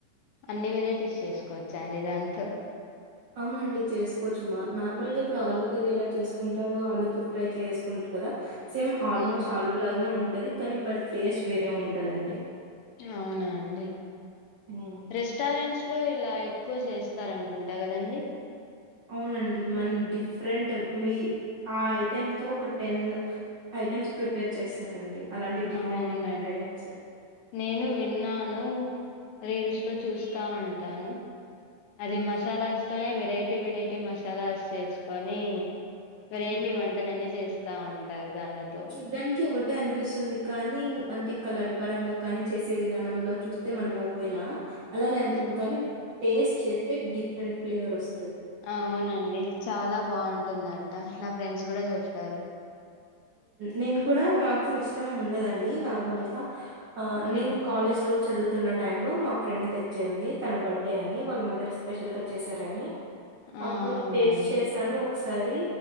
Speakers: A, on the left; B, on the right.
A: అన్ని వెరైటీస్ చేసుకోవచ్చా అండి దాంతో
B: అవునండి చేసుకోవచ్చు మా నార్మల్గా ఇప్పుడు ఆలుూ కర్రీ ఎలా చేసుకుంటారు ఆలుూతో ఫ్రై చేసుకుంటారు కదా సేమ్ ఆల్మోస్ట్
A: ఉమ్,
B: ఆలు లాగానే ఉంట ఉంటది కానీ బట్ టేస్ట్ వేరే ఉంటదండి
A: అవునా అండి
B: హ్మ్.
A: రెస్టారెంట్స్ లో ఇలా ఎక్కువ చేస్తారనుకుంటా కదండి
B: అవునండి మన డిఫరెంట్ మీ ఆ ఐటెమ్ తో ఒక టెన్ ఐటెమ్స్ ప్రిపేర్ చేస్తారండి అలాంటి డిఫరెంట్
A: అవునండి
B: డిఫరెంట్ ఐటెమ్స్.
A: నేను విన్నాను రీల్స్ లో చూస్తా ఉంటాను అది
B: హ్మ్.
A: మసాలా తోనే వెరైటీ వెరైటీ ట్టి మసాలా చేసుకొని వెరైటీ
B: హ్మ్.
A: వంటల అన్నీ చేస్ దా ఉంటారు దానిలతో
B: చూడ్డానికి ఒకటే అనిపిస్తుంది కానీ అంటే కలర్ పరంగా కానీ చేసే విధానంలో చూస్తే మనము ఒకవేళ అలానే అని
A: ఉమ్.
B: కానీ టేస్ట్ చేస్తే డిఫరెంట్ ఫ్లేవర్ వస్తుంది
A: అవునండి చాలా బాగుంటుందంట నా ఫ్రెండ్స్ కూడా చెప్పారు
B: నేను కూడా నా కూడా ఇష్టం ఉండదండి నార్మల్గా ఆ
A: ఉమ్.
B: నేను కాలేజ్ లో చదువుతున్న టై లో మా ఫ్రెండ్ తెచ్చింది తన బర్త్డే అని వాళ్ళ మదర్ స్పెషల్ గా చేశారని
A: ఆ
B: అప్పుడు
A: అవునా
B: టేస్ట్
A: అండి
B: చేసాను ఒకస సరి